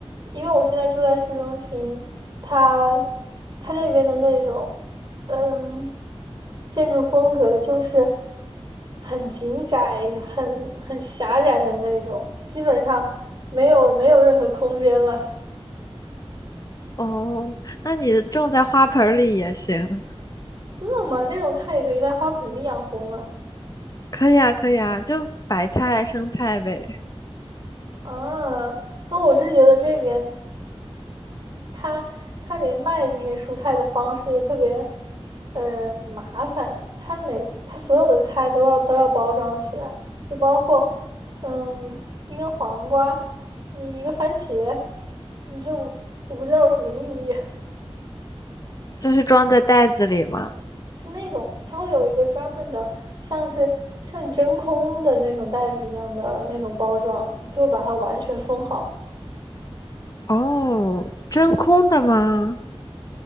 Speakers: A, on the right (about 40°); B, on the left (about 35°).
A: 因为我现在住在市中心，他，他这边的那种，嗯，建筑风格就是很紧窄、很很狭窄的那种，基本上没有没有任何空间了。
B: <laughs> 哦，那你种在花盆儿里也行。
A: 真的吗？那种菜也可以在花盆里养活吗？
B: 可以啊，可以啊，就白菜、生菜呗，
A: 啊，那我是觉得这边。他他连卖那些蔬菜的方式都特别呃麻烦，他每他所有的菜都要都要包装起来，就包括嗯一根黄瓜，一一个番茄，你就我不知道有什么意义。<laughs>
B: 就是装在袋子里嘛。
A: 就那种它会有一个专门的，像是像真空的那种袋子一样的那种包装，就会把它完全封好。
B: 哦，真空的吗？